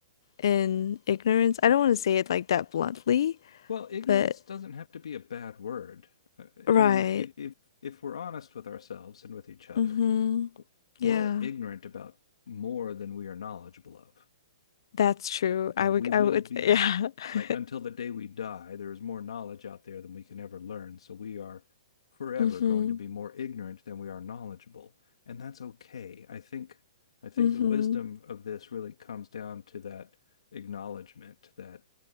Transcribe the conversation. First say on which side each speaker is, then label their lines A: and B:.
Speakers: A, on the left (about 50°); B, on the left (about 75°).
A: in ignorance. I don't want to say it like that bluntly,
B: Well, ignorance
A: but
B: doesn't have to be a bad word. Uh,
A: right.
B: I mean, if if if if we're honest with ourselves and with each other,
A: Mm-hmm.
B: we're
A: Yeah.
B: all ignorant about more than we are knowledgeable of.
A: That's true.
B: and
A: I would
B: we will
A: I would
B: be
A: <laughs> yeah. <laughs>
B: like until the day we die there is more knowledge out there than we can ever learn so we are forever
A: Mm-hmm.
B: going to be more ignorant than we are knowledgeable and that's okay i think i think
A: Mm-hmm.
B: the wisdom of this really comes down to that acknowledgement that